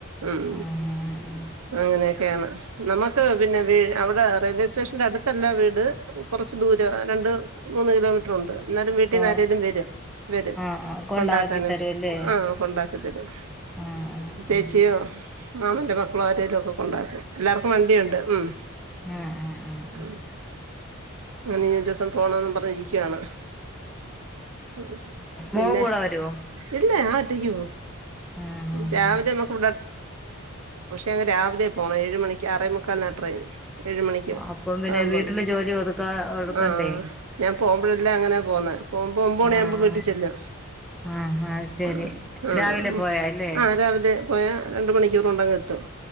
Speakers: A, on the right; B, in the centre.
A: ഉം
B: ആഹ് ആഹ്
A: അങ്ങനെയൊക്കെയാണ് നമ്മക്ക് പിന്നെ വേ അവടെ റെയിൽവേ സ്റ്റേഷന്റെ അടുത്തല്ല വീട് കൊറച്ച് ദൂരവാ രണ്ട് മൂന്ന് കിലോമീറ്റർ ഉണ്ട് എന്നാലും വീട് വീട്ടീന്ന്
B: പോണം
A: ആരേലും വരോ വരും
B: ആഹ് ആഹ് കൊണ്ടാക്കി
A: കൊണ്ടാക്കാനും
B: തരുല്ലേ
A: ആഹ് കൊണ്ടാക്കി തരും
B: ആഹ് ആഹ്
A: ചേച്ചിയോ
B: ആഹ്
A: മാമന്റെ മക്കളോ ആരേലൊക്കെ കൊണ്ടാക്കും എല്ലാർക്കും വണ്ടിയുണ്ട് ഉം
B: ആഹ് ആഹ് ആഹ്
A: അ ഇനിനി ഒരൂസം പോണോന്നും പറഞ്ഞിരിക്കാണ് ഉം
B: മോൻ
A: പിന്നെ
B: കൂടെ വരുവോ
A: ഇല്ലേ ഞാഒറ്റയ്ക്ക് പോവും
B: ആഹ് ആഹ്
A: രാവിലെ നമ്മുക്ക് ഇവിടെ രാവിലെ പോണം ഏഴ് മണിക്ക് ആറേമുക്കാലിനാ ട്രെയിൻ ഏഴുമണിക്ക്
B: അപ്പം പിന്നെ
A: ആവുമ്പ
B: വീട്ടിലെ ജോലി ഒതുക്കാ ഒതുക്കണ്ടേ
A: ആ ആ ഞാൻ പോവുമ്പെഴല്ലാ അങ്ങനാ പോന്നെ പോവുമ്പോ ഒമ്പത് മണിയാവുമ്പോ
B: ആഹ്
A: വീട്ടിച്ചെല്ലോ
B: ആഹ് അത് ശരി
A: ആ ആ
B: രാവിലെ
A: ഉം
B: പോയാല്ലേ
A: ആ രാവിലെ പോയാ രണ്ട് മണിക്കൂർ കൊണ്ട് അങ്ങെത്തും